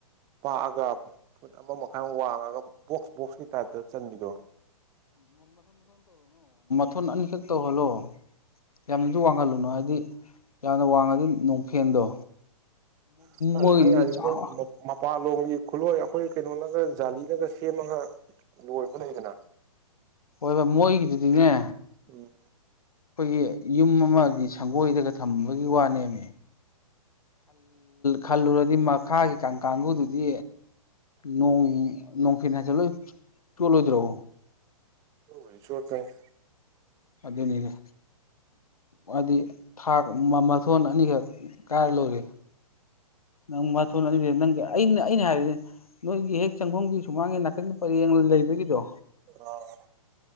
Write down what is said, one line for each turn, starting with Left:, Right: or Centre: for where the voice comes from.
Right: ꯄꯥꯛꯑꯒ ꯐꯨꯠ ꯑꯃ ꯃꯈꯥꯏ ꯋꯥꯡꯉꯒ ꯕꯣꯛꯁ ꯕꯣꯛꯁꯀꯤ ꯇꯥꯏꯞꯇ ꯆꯟꯕꯤꯗꯣ
Left: ꯊꯣꯟ ꯑꯅꯤꯈꯛ ꯇꯧꯍꯜꯂꯣ ꯌꯥꯝꯅꯁꯨ ꯋꯥꯡꯍꯜꯂꯨꯅꯨ ꯍꯥꯏꯗꯤ ꯌꯥꯝꯅ ꯋꯥꯡꯉꯗꯤ ꯅꯣꯡꯐꯦꯟꯗꯣ
Right: ꯑꯩ
Left: ꯃꯣꯏꯒꯤꯗꯨꯗꯤ
Right: ꯍꯥꯏꯗꯤ
Left: ꯆꯥꯎ
Right: ꯃꯣꯏ ꯃꯄꯥꯟꯂꯣꯝꯒꯤ ꯈꯨꯠꯂꯣꯏ ꯑꯩꯈꯣꯏ ꯀꯩꯅꯣꯅꯒ ꯖꯥꯂꯤꯅꯒ ꯁꯦꯝꯃꯒ ꯂꯣꯏꯕ ꯂꯩꯗꯅ
Left: ꯍꯣꯏꯕ ꯃꯣꯏꯒꯤꯗꯨꯗꯤꯅꯦ
Right: ꯎꯝ
Left: ꯑꯩꯈꯣꯏꯒꯤ ꯌꯨꯝ ꯑꯃꯒꯤ ꯁꯪꯒꯣꯏꯗꯒ ꯊꯝꯕꯒꯤ ꯋꯥꯅꯦꯃꯤ ꯈꯜꯂꯨꯔꯗꯤ ꯃꯈꯥꯒꯤ ꯀꯥꯡ ꯀꯥꯡꯒꯨꯗꯨꯗꯤ ꯅꯣꯡ ꯅꯣꯡ ꯐꯦꯟ ꯍꯥꯏꯖꯤꯟ ꯆꯣꯠꯂꯣꯏꯗ꯭ꯔꯣ
Right: ꯑꯗꯨꯕꯨꯗꯤ ꯆꯣꯠꯀꯅꯤ
Left: ꯑꯗꯨꯅꯤꯗ ꯍꯥꯏꯗꯤ ꯊꯥꯛ ꯃꯊꯣꯟ ꯑꯅꯤꯈꯛ ꯀꯥꯏꯔ ꯂꯣꯢꯔꯦ ꯅꯪ ꯃꯊꯣꯟ ꯑꯅꯤꯗꯨ ꯅꯪ ꯑꯩꯅ ꯑꯩꯅ ꯍꯥꯏꯕꯗꯤ ꯅꯣꯏꯒꯤ ꯍꯦꯛ ꯆꯪꯐꯝꯒꯤ ꯁꯨꯃꯥꯡꯒꯤ ꯅꯥꯀꯟꯒꯤ ꯄꯔꯦꯡ ꯂꯩꯕꯒꯤꯗꯣ
Right: ꯑꯣ